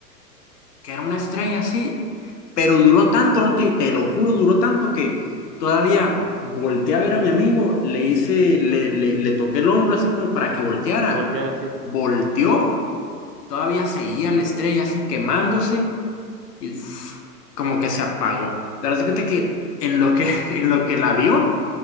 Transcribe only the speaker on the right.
que voltearan así.